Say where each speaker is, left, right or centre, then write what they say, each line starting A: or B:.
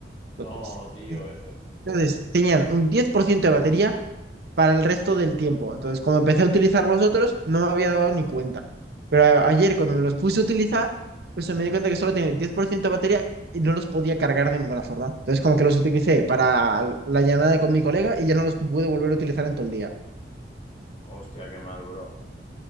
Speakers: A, on the left (about 35°); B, on the right (about 65°).
A: No,
B: Entonces,
A: tío, F.
B: entonces tenían un 10% de batería para el resto del tiempo. Entonces, como empecé a utilizar los otros, no me había dado ni cuenta. Pero a- ayer, cuando me los puse a utilizar, pues me di cuenta que solo tenía 10% de batería y no los podía cargar de ninguna forma. Entonces, como que los utilicé para la llamada con mi colega y ya no los pude volver a utilizar en todo el día.
A: Hostia, qué mal, bro.